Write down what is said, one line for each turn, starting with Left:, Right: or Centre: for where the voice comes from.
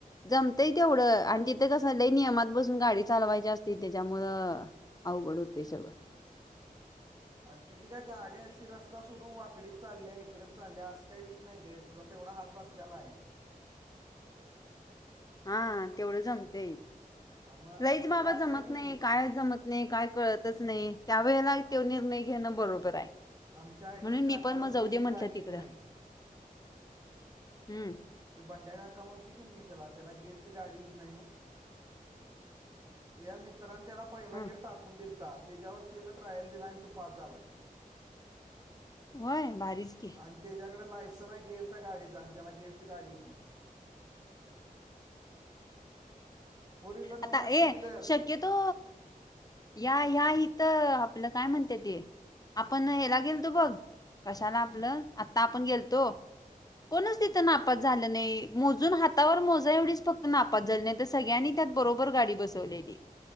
Left: जमतंय तेवढं आणि तिथं कसं लई नियमात बसून गाडी चालवायची असते त्याच्यामुळं. अवघड होतंय सगळ.
Right: आणि तुझी काय गाडी अशी रस आता सोडून वाकडीत चालल्या इकडेच चालल्या असं काही वित नाही ग तुला तेवढा हात बसलेला हाय.
Left: हा तेवढं जमतय
Right: हा मग आमचा
Left: लईच बाबा
Right: काका
Left: जमत
Right: आहे की
Left: नाही कायच जमत नई काय कळतच नई त्यावेेळेला त्यो निर्णय घेणं बरोबर हाय.
Right: आमच्या एका
Left: म्हणून मी
Right: काकाला
Left: पण म जाऊ
Right: गेअरची
Left: दे म्हटलं
Right: गाडी
Left: तिकडं
Right: येत नाही
Left: हम्म.
Right: ती बंड्या काका म्हणतोय की नई मी त्याला त्याला गेरची गाडीे येत नई. त्या मित्रांने त्याला पहिला
Left: हम्म
Right: गेर टाकून दिलता त्याच्यावर तिनं ट्रायल दिला आणि त्यो पास झालाय.
Left: व्हय भारीच की.
Right: आणि त्याच्याकडे लायसन आहे गेअरचा गाडीचा आणि त्याला गेअरची गाडी येत नाही. फोर व्हीलर नव्हा
Left: आता ऐ
Right: टू व्हीलर
Left: शक्यतो. या ह्या इथं आपलं काय म्हणत्या ते. आपण ह्याला गेलतो बघ कशाला आपलं आता आपण गेलतो. कोणच तिथं नापास झालं नई मोजून हातावर मोजा एवढीच फक्त नापास झाली नायतर सगळ्यांनी त्यात बरोबर गाडी बसवलेली.